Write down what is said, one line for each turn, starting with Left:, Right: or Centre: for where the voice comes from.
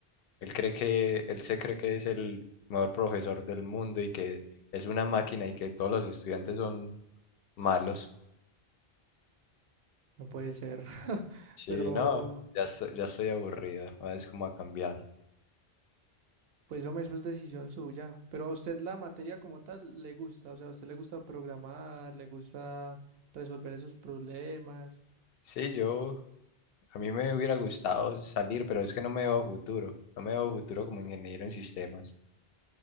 Left: Él cree que, él se cree que es el mejor profesor del mundo y que es una máquina y que todos los estudiantes son malos.
Right: No puede ser. <laughs>
Left: Sí,
Right: Pero,
Left: no, ya estoy, ya estoy aburrido. ¿no? Es como a cambiar.
Right: pues hombre, eso es decisión suya. Pero a usted la materia como tal le gusta. O sea, a usted le gusta programar, le gusta resolver esos problemas.
Left: Sí, yo, a mí me hubiera gustado salir, pero es que no me veo futuro. No me veo futuro como ingeniero en sistemas.